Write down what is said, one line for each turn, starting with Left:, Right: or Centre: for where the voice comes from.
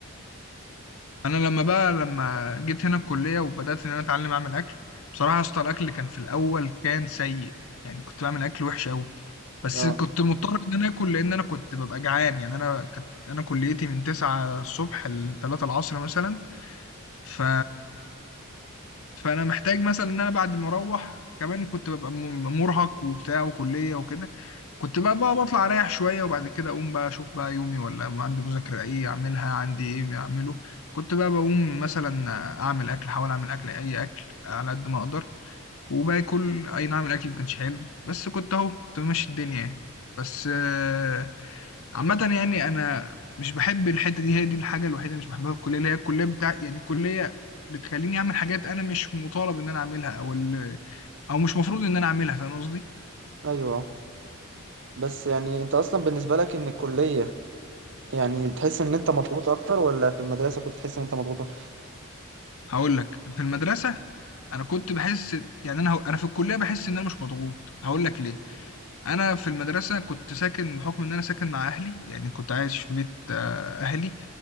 Left: انا لما بقى لما جيت هنا الكليه وبدات ان انا اتعلم اعمل اكل بصراحه يا اسطى الاكل اللي كان في الاول كان سيء يعني كنت بعمل اكل وحش قوي بس
Right: اه
Left: كنت مضطر ان انا اكل لان انا كنت ببقى جعان يعني انا كانت انا كليتي من 9 الصبح ل 3 العصر مثلا ف فانا محتاج مثلا ان انا بعد ما اروح كمان كنت ببقى م- مرهق وبتاع وكليه وكده كنت بقى بقى بطلع اريح شويه وبعد كده اقوم بقى اشوف بقى يومي ولا أما عندي مذاكره ايه اعملها عندي ايه اعمله كنت بقى بقوم مثلا اعمل اكل احاول اعمل اكل اي اكل على قد ما اقدر وباكل اي نعم الاكل ما كانش حلو بس كنت اهو كنت ماشي الدنيا يعني بس آه، عامه يعني انا مش بحب الحته دي هي دي الحاجه الوحيده اللي مش بحبها في الكليه اللي هي الكليه بتاع يعني الكليه بتخليني اعمل حاجات انا مش مطالب ان انا اعملها او ال... او مش مفروض ان انا اعملها فاهم قصدي
Right: ايوه بس يعني انت اصلا بالنسبه لك ان الكليه يعني تحس ان انت مضغوط اكتر ولا في المدرسه كنت تحس ان انت مضغوط اكتر
Left: هقول لك في المدرسه انا كنت بحس يعني انا هو- انا في الكليه بحس ان انا مش مضغوط هقول لك ليه انا في المدرسه كنت ساكن بحكم ان انا ساكن مع اهلي يعني كنت عايش في بيت آه، اهلي